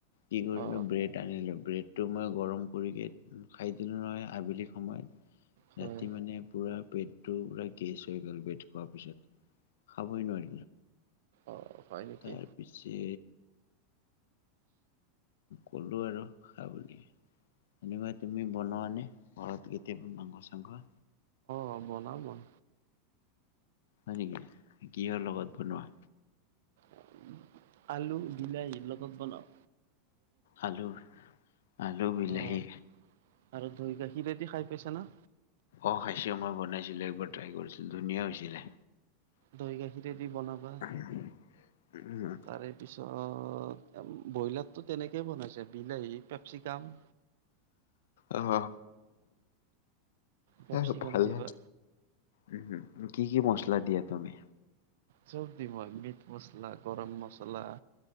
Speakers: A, on the left; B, on the right.
A: কি কৰিলোঁ
B: অ'
A: ব্ৰেড আনিলোঁ, ব্ৰেডটো মই গৰম কৰি উ খাই দি লো নহয় আবেলি সময়ত।
B: হয়
A: ৰাতি মানে পুৰা পেটটো পুৰা গেছ হৈ গ'ল বেট খোৱাৰ পিছত। খাবই নোৱাৰি।
B: অ' হয় নেকি?
A: তাৰ পিছে কলো আৰু খা বুলি। তেনেকুৱা তুমি বনোৱা নে, ঘৰত কেতিয়াবা মাংস - চাংস?
B: অঁ বনাও মই।
A: হয় নেকি, কিহৰ লগত বনোৱা?
B: উ <inaudible> আলু, বিলাহী লগত বনাওঁ।
A: আলু-আলু, বিলাহি।
B: অ' আৰু দৈ গাখীৰেদি খাই পাইছা না?
A: অ খাইছো মই বনাইছিলো এবাৰ ট্ৰাই কৰিছিলো, ধুনীয়া হৈছিলে।
B: দৈ গাখীৰেদি বনাবা।
A: <inaudible> উম
B: তাৰে পিছত ব্ৰইলাৰতো তেনেকেই বনাইছে বিলাহী, পেপচিকাম
A: অহ,
B: কেপচিকাম
A: এ ভালে।
B: দিবা
A: উম হুম, কি কি মছলা দিয়া তুমি?
B: চব দিম মই মিট মছলা, গৰম মছলা